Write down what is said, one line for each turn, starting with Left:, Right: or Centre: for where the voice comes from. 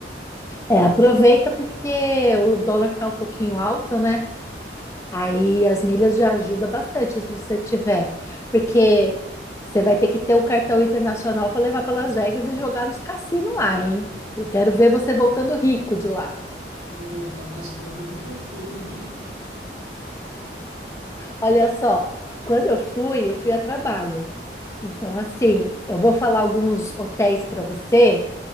Left: É, aproveita porque o dólar tá um pouquinho alto, né? Aí as milhas já ajuda bastante se você tiver, porque você vai ter que ter o cartão internacional para levar para Las Vegas e jogar nos cassinos lá, hein? Eu quero ver você voltando rico de lá.
Right: Vou voltar mais pobre do que eu fui.
Left: Olha só, quando eu fui, eu fui a trabalho. Então, assim, eu vou falar alguns hotéis para você